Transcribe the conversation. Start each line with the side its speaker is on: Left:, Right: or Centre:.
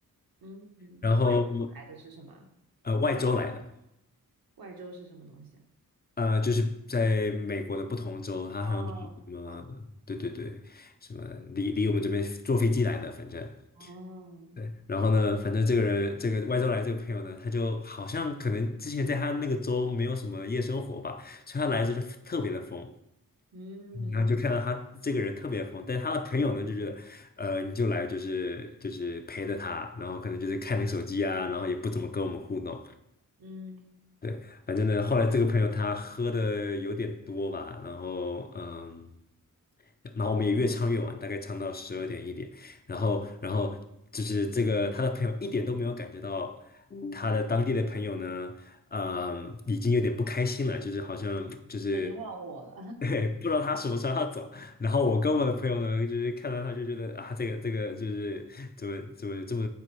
Right: 嗯嗯，
Left: 然后。
Right: 外州来的是什么？
Left: 呃，外州来的，
Right: 外州是什么东西啊？
Left: 呃，就是在美国的不同州，他好像是什么，
Right: 哦，好，
Left: 对对对，什么离离我们这边坐飞机来的，反正
Right: 哦，
Left: 对。然后呢，反正这个人，这个外州来这个朋友呢，他就好像可能之前在他那个州没有什么夜生活吧，所以他来的时候就特别的疯，
Right: 嗯
Left: 然后就看到他这个人特别疯，但是他的朋友呢就觉得，呃，你就来就是就是陪着他，然后可能就是看你手机啊，然后也不怎么跟我们互动。
Right: 嗯，
Left: 对，反正呢，后来这个朋友他喝的有点多吧，然后嗯，然后我们也越唱越晚，大概唱到十二点一点，然后然后就是这个他的朋友一点都没有感觉到他的当地的朋友呢，嗯，已经有点不开心了，就是好像就是
Right: 他已经忘我了，
Left: <laughs> 对，不知道他什么时候要走。然后我跟我的朋友呢，就是看到他就觉得啊，这个这个就是怎么怎么这么